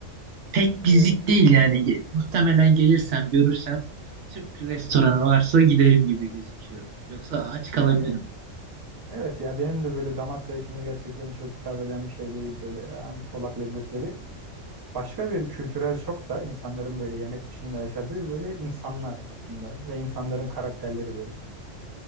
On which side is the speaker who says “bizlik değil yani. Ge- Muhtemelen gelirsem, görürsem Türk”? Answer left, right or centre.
Right